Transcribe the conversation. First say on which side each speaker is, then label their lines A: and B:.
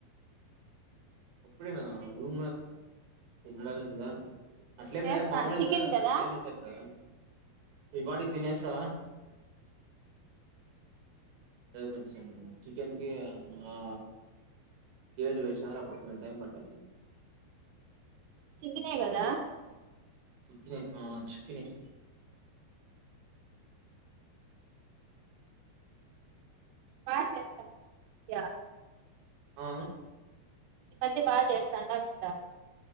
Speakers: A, on the right; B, on the right.
A: అప్పుడెనా రూ తినలేదు నిధనం అట్ల ఏం
B: చేస్తాను
A: లె మాముల్గయితె
B: చికెన్ కదా
A: టైమ్ ఎంత ఇప్పుడు ఈ పాటికి తినేసా కొంచ చికెన్ కి ఆ గేటు వేసారు అప్పుడు కొంచెం టై పట్టా
B: చికెన్ ఏ గదా
A: చికెన్ చ్చు ఆ చికెన్ ఏస్
B: బా చేస్త యా
A: ఆ
B: ఈ మధ్య బాగ్ చేస్తాండా ఆప్త